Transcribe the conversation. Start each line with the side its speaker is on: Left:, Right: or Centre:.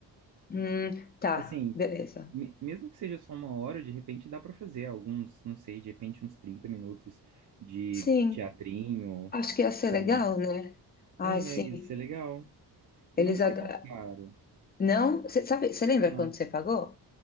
Left: Hum, tá.
Right: Assim,
Left: Beleza.
Right: me- mesmo que seja só uma hora, de repente dá para fazer alguns, não sei, de repente uns 30 minutos de
Left: Sim.
Right: teatrinho.
Left: Acho que ia ser
Right: com-
Left: legal, né? Ah,
Right: É,
Left: sim.
Right: ia ser legal.
Left: Eles
Right: E não sai
Left: adoram.
Right: tão caro,
Left: Não? Você sabe, você lembra
Right: não.
Left: quando você pagou?